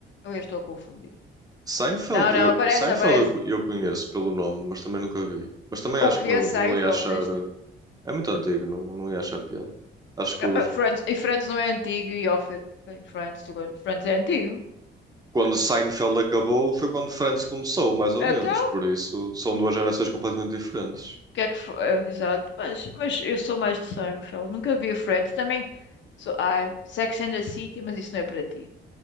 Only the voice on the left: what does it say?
Ou Eu estou a confundir.
Não, não,
aparece,
aparece.
O
que
é Seinfeld?
Tens
de ver.
Ah,
ah, Friends, e Friends não é antigo e Office. Bem, Friends, tu gostas- Friends é antigo.
Então,
o
que é que foi? Ah, Exato, mas, mas eu sou mais de Seinfeld. Nunca vi Friends. Também sou. Ai, Sex and the City, mas isso não é para ti.